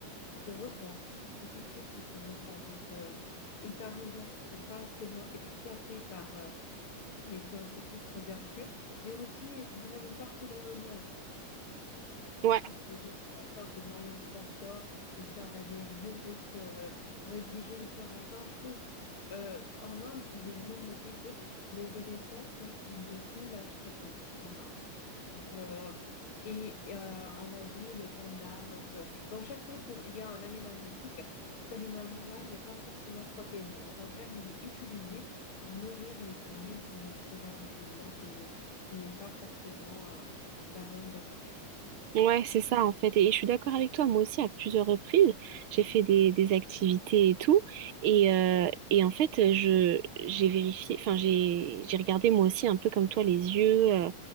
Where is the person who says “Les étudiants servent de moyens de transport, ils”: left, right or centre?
Left